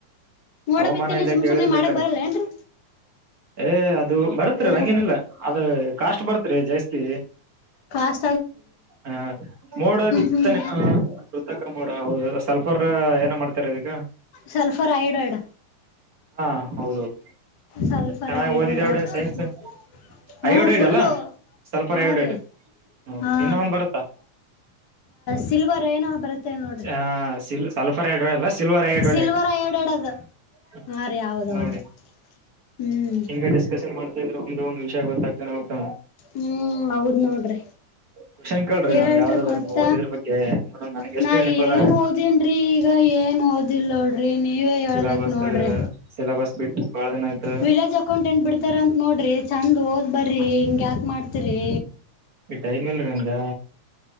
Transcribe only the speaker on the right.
ಹವಾಮಾನ
ಇಲಾಖೆ
ಹೇಳದ
ಪ್ರಕಾರ.
ಏ ಅದು ಬರ್ತ್ರಿ
ಹಂಗೇನಿಲ್ಲ ಅದ ಕಾಸ್ಟ್ ಬರ್ತ್ರಿ ಜಾಸ್ತಿ.
ಹಾ ಮೋಡ ಬಿತ್ತಾನೆ
ಹ. ಕರ್ಕಾ ಮೋಡ ಹೌದು ಸಲ್ಫರ್ ಏನ ಮಾಡ್ತಾರೆ ಅದ ಈಗ.
ಹಾ ಹೌದೌದು
ಚೆನ್ನಾಗಿ
ಓದಿದೆ
ಅವಡ
ಸೈನ್ಸ್
ಅಯೋಡೈಡ್
ಅಲ್ಲ ಸಲ್ಫರ್
ಅಯೋಡೈಡ್
ಹೌದು
ಇನ್ನೊ ಒಂದ್ ಬರುತ್ತಾ
ಹ ಸಿಲ್ ಸಲ್ಫರ್ ಹೈಡ್ರೋಡೆ ಅಲ್ಲ ಸಿಲ್ವರ್ ಹೈಡ್ರೋಡೆ.
ಹ
ನೋಡಿ
ಹಿಂಗ ಡಿಸ್ಕಷನ್ ಮಾಡ್ತಾ ಇದ್ರೆ ಒಂದು ಒಂದು ನಿಮಿಷ. ಗೊತ್ತ್ತ ಹೋಗ್ತ.
ಕೋಶನ್ ಕೇಳ್ರಿ
ನನ್ಗೆ ಯಾವ್ದಾದ್ರ
ನೀವು ಓದಿದ್ರ ಬಗ್ಗೆ ನ ನನ್ಗೆ ಎಷ್ಟು
ನಿಪದಾಯ.
ಸಿಲಬಸ್
ಸಿಲಬಸ್ ಬಿಟ್ಟು ಬಾಳ ದಿನ ಆಯ್ತು
ಟೈಮ್ ಇಲ್ರಿ ನನ್ಗ.